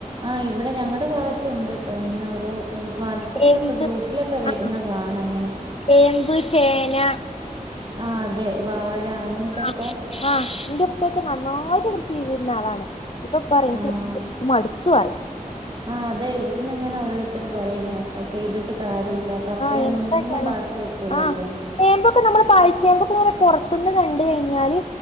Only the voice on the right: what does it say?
ആഹ് ഇവിടെ ഞങ്ങടെ ഭാഗത്തുണ്ട് കേട്ടോ ഇങ്ങനെ ഓരോ വാട്ട്സപ്പിലൊക്കെ
ഗ്രൂപ്പിലൊക്കെ
വരുന്നെ കാണ ഇങ്ങനെ
ആഹ് അതെ വാഴ അങ്ങനത്തെക്കെ
ആഹ്
ആഹ് അതെ ഇവിടന്ന് ഇങ്ങനെ ഓരോരുത്തർ പറയുന്നെക്ക ചെയ്തിട്ട് കാര്യ രില്ല കപ്പയൊന്നും
ഒന്നും
ബാക്കി വെക്കൂലല്ലോ.